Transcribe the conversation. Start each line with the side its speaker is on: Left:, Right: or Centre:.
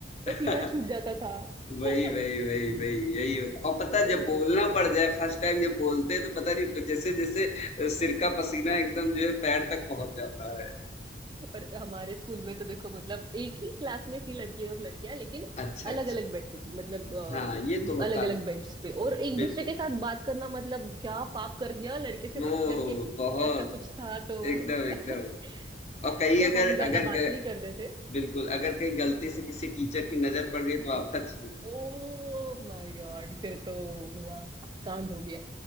Left: <laughs>
Right: वो सीना छूट जाता था
Left: वही,
Right: <laughs>
Left: वही, वही, वही, यही होता और पता है
Right: है
Left: जब
Right: ना
Left: बोलना पड़ जाए फर्स्ट टाइम जब बोलते हैं तो पता नहीं जैसे-जैसे अ, सिर का पसीना एकदम जो है पैर तक पहुँच जाता है।
Right: और हमारे स्कूल में तो देखो मतलब एक ही क्लास में थी लड़के और लड़कियां लेकिन
Left: अच्छा,
Right: अलग
Left: अच्छा।
Right: अलग बैठती थी मतलब
Left: हाँ, ये तो होता
Right: अलग अलग
Left: है।
Right: बेंचेस पे और एक
Left: बिल्कुल।
Right: दूसरे के साथ बात करना मतलब क्या पाप कर गया लड़के से बात
Left: ओह!
Right: करके
Left: बहुत
Right: ऐसा कुछ था तो
Left: एकदम, एकदम।
Right: <laughs>
Left: और कहीं
Right: तो
Left: अगर
Right: हम ज्यादा
Left: अगर
Right: बात
Left: ग
Right: नहीं करते थे
Left: बिल्कुल, अगर कहीं गलती से किसी टीचर की नज़र पड़ गई तो आफ़त ही।
Right: ओ माय गॉड फिर तो हुआ कांड हो गया